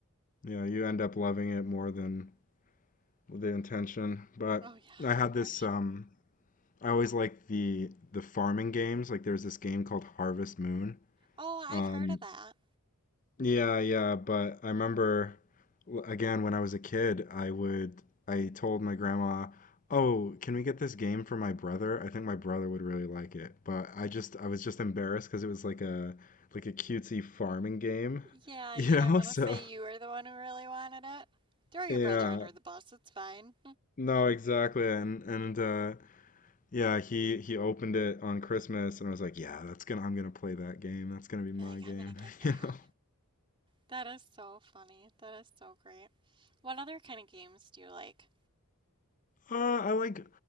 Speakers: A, on the left; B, on the right.
A: yeah, you end up loving it more than the intention. But
B: Oh yeah,
A: I had this
B: for sure.
A: um. I always like the the farming games. Like there's this game called Harvest Moon.
B: Oh, I've
A: Um,
B: heard of that.
A: yeah, yeah, but I remember w- again when I was a kid, I would I told my grandma, "Oh, can we get this game for my brother? I think my brother would really like it." But I just I was just embarrassed because it was like a like a cutesy farming game,
B: Yeah,
A: <laughs> you
B: you didn't
A: know?
B: want
A: So,
B: to say you were the one who really wanted it. Throw your
A: yeah.
B: brother under the bus. It's fine.
A: No, exactly. And and uh Yeah, he he opened it on Christmas, and I was like, "Yeah, that's gonna I'm gonna play that game. That's gonna be my
B: You're like, I'm
A: game."
B: gonna get
A: <laughs>
B: that.
A: You know,
B: That is so funny. That is so great. What other kind of games do you like?
A: uh, I like